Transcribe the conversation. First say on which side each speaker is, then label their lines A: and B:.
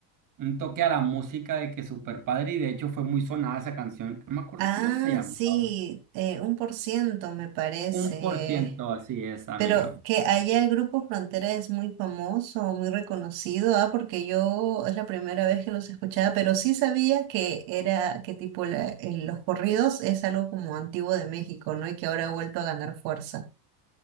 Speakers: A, on the right (about 40°); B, on the right (about 85°).
A: un toque a la música de que super padre y de hecho fue muy sonada esa canción. No me acuerdo
B: Ah,
A: cómo se llamaba.
B: sí, eh, un por ciento me parece.
A: Un por ciento, así es, amero
B: Pero que allá el grupo Frontera es muy famoso, muy reconocido, ah, porque yo es la primera vez que los escuchaba, pero sí sabía que era, que tipo la- eh, los corridos es algo como antiguo de México, ¿no? Y que ahora ha vuelto a ganar fuerza.